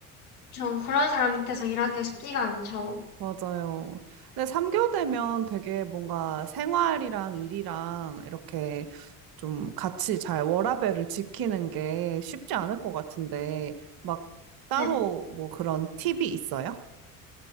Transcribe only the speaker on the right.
맞아요. 근데 3교되면 되게 뭔가 생활이랑 일이랑 이렇게 좀 같이 잘 워라밸을 지키는 게 쉽지 않을 것 같은데, 막 따로
뭐 그런 팁이 있어요?